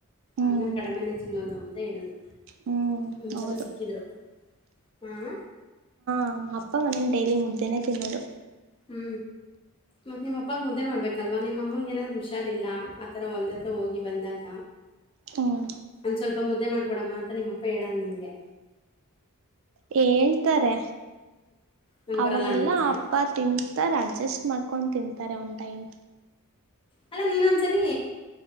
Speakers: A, on the right; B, on the left.
A: ಹ್ಮ್
B: ಅನ್ನ ಕಡಮೆನೇ ತಿನ್ನೋದು ಅಂತ ಹೇಳಿದರು.
A: ಹ್ಮ್
B: ಒಂದ್ಸಲ
A: ಹೌದು
B: ಸಿಕ್ಕಿದ್ರು. ಹಾಹ
A: ಹ ಅಪ್ಪ ಮನೆನ್ ಡೈಲಿ ಮುದ್ದೇನೆ ತಿನ್ನೋದು.
B: ಹ್ ಮತ್ತು ನಿಮ್ಮಪ್ಪಗೆ ಮುದ್ದೆ ಮಾಡಬೇಕಲ್ವಾ ನಿಮ್ಮಮ್ಮನ ಏನಾದರೂ ಹುಷಾರಿಲ್ಲ ಆ ಥರ ಹೊಲ್ದತ್ರ ಹೋಗಿ ಬಂದಾಗ
A: ಹ್ಮ್
B: ಒಂದು ಸ್ವಲ್ಪ ಮುದ್ದೆ ಮಾಡಿಕೊಡಮ್ಮ ಅಂತ ನಿಮ್ಮಪ್ಪ ಹೇಳಲ್ಲ ನಿನಗೆ
A: ಹೇಳ್ತಾರೆ
B: ನಂಗೆ
A: ಅವಾಗೆಲ್ಲ
B: ಬರಲ್ಲ ಅಂದ್ಬಿಡ್ತೀಯ
A: ಅಪ್ಪ ತಿಂತಾರೆ ಅಡ್ಜಸ್ಟ್ ಮಾಡ್ಕೊಂಡು ತಿಂತ ತಾರೆ ಒಂದ್ ಟೈಮ
B: ಅಲ್ಲ ನೀನೊಂದ್ಸಲಿ